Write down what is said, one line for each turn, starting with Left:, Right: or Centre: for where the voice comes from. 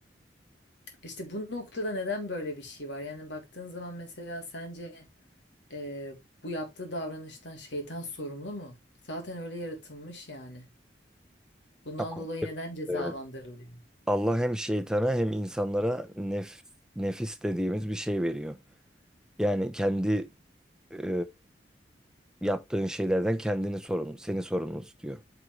Left: İşte bu noktada neden böyle bir şey var? Yani baktığın zaman mesela sence e, bu yaptığı davranıştan şeytan sorumlu mu? Zaten öyle yaratılmış yani. Bundan
Centre: Tamam.
Left: dolayı neden
Centre: Ee,
Left: cezalandırılıyor?
Centre: Allah hem şeytana hem insanlara nef nefis dediğimiz bir şey veriyor. Yani kendi e, yaptığın şeylerden kendini sorumlu, seni sorumlu tutuyor.